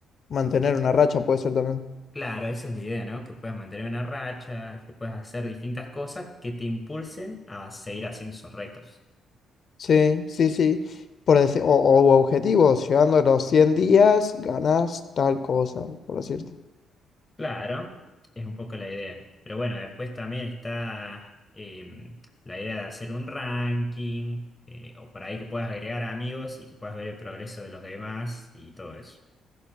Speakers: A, on the left (about 55°); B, on the left (about 20°).
A: Mantener
B: O,
A: una racha puede ser también.
B: claro, esa es la idea, ¿no? Que puedas mantener una racha, que puedas hacer distintas cosas que te impulsen a seguir haciendo esos retos.
A: Sí, sí, sí. Por decir, o, o objetivos, llegando a los 100 días, ganas tal cosa, por decirte.
B: Claro, es un poco la idea. Pero bueno, después también está em, la idea de hacer un ranking, eh, o por ahí que puedas agregar amigos y que puedas ver el progreso de los demás y todo eso.